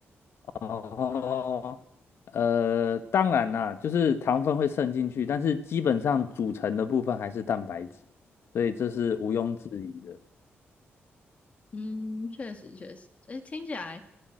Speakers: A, on the left (about 65°); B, on the left (about 30°).
A: 哦，呃，当然啦，就是糖分会渗进去，但是基本上组成的部分还是蛋白质，所以这是毋庸置疑的。
B: 嗯，确实确实，诶，听起来